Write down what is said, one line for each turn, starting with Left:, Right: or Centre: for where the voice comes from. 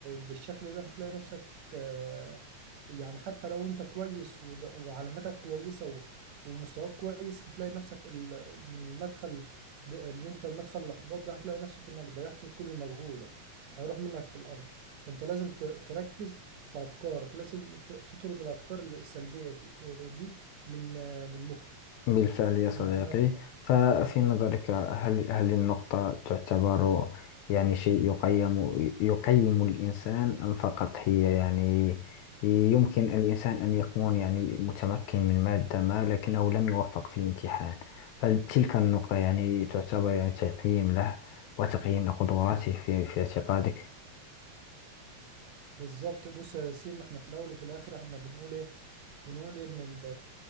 Right: بالشكل ده هتلاقي نفسك آه، يعني حتى لو انت كويس ود- وعلاماتك كويسة و- ومستواك كويس هتلاقي نفسك ال- من مدخل د- اللي انت مدخل الاحباط ده هتلاقي نفسك انك ضيعت كل مجهودك هيروح منك في الارض فانت لازم ت- تركز في افكارك لازم ت- تطرد الافكار السلبية دي دي من آه، من مخك
Left: بالفعل يا صديقي
Right: من دماغك يعني
Left: ففي نظرك هل هل النقطة تعتبر يعني شيء يقيم يقيم الإنسان أم فقط هي يعني يمكن الإنسان أن يكون يعني متمكن من مادة ما لكنه لم يوفق في الامتحان هل تلك النقطة يعني تعتبر يعني تقييم له وتقييم لقدراته في في اعتقادك؟
Right: بالظبط بص يا ياسين احنا في الاول وفي الاخر احنا بنقول ايه بنقول ان ال